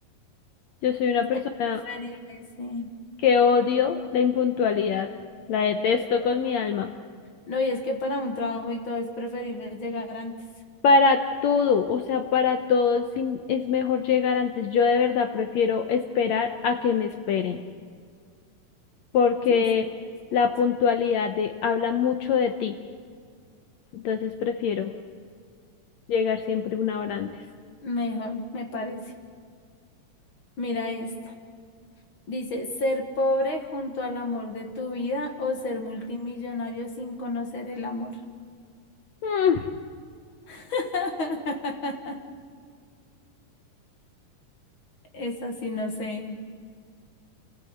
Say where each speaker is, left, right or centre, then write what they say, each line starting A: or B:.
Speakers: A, on the left (about 70°); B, on the left (about 45°).
A: yo soy una persona
B: Es preferible, sí.
A: que odio la impuntualidad, la detesto con mi alma.
B: No, y es que para un trabajo y todo es preferible llegar antes.
A: Para todo, o sea, para todo es, im- es mejor llegar antes. Yo de verdad prefiero esperar a que me esperen. porque
B: Sí, sí, es
A: la
B: cierto.
A: puntualidad de, habla mucho de ti, entonces prefiero llegar siempre una hora antes.
B: mejor, me parece. Mira esto. Dice, ser pobre junto al amor de tu vida o ser multimillonario sin conocer el amor.
A: Mm,
B: <laughs> Esa sí, no sé.